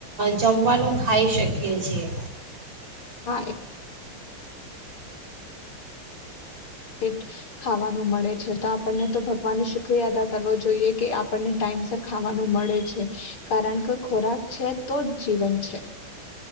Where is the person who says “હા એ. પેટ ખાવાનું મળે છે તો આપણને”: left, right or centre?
Left